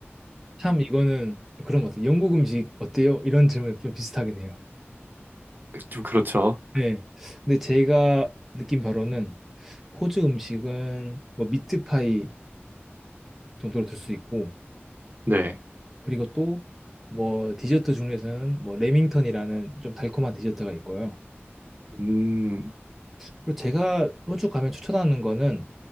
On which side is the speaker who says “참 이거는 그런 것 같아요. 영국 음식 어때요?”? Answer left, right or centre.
Centre